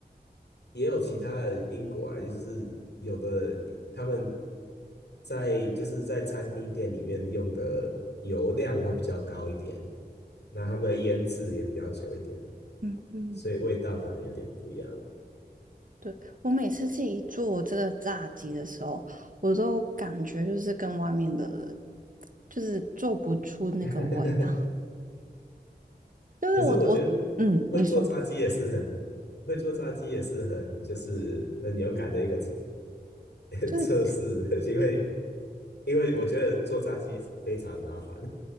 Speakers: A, on the left (about 80°); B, on the right (about 50°).
A: 也有其他的因果啊，就是有的他们在就是在餐厅店里面用的油量会比较高一点，那他们的腌制也比较久一点，
B: 嗯嗯。
A: 所以味道可能有点不一样。
B: 对，我每次自己做这个炸鸡的时候，我都感觉就是跟外面的，就是做不出那个味道。
A: <laughs>
B: 就是我我嗯，
A: 可是我觉得会做炸鸡也是很会做炸鸡也是很就是很勇敢的一个测
B: 你说，
A: <laughs>
B: 就是
A: 测试，因为因为我觉得做炸鸡非常麻烦，